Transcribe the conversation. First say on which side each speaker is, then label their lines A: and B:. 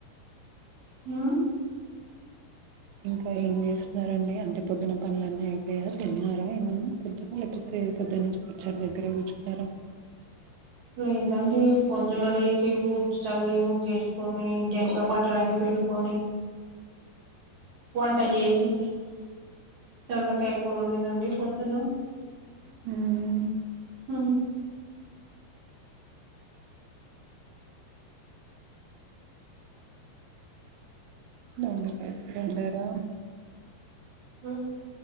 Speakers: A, on the right; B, on the right.
A: ఆ
B: ఇంకా ఏం చేస్తున్నారండి అంటే పొద్దున పనులన్నీ అయిపోయాయ తిన్నరా ఏమన్నా పొద్దున లేకపోతే పొద్దట్ నుంచి ముచ్చట దగ్గరే కూర్చున్నారా,
A: లేదండి పొద్దున లేసి ఊడ్ చి చల్లి ముగ్గేస్కొని అటెంక బట్టలన్ని పిండుకొని, వంటచేశి దొండకాయ కూరవండినండి పొద్దున
B: హ్మ్
A: హ
B: దొండకాయ్ వండారా
A: హ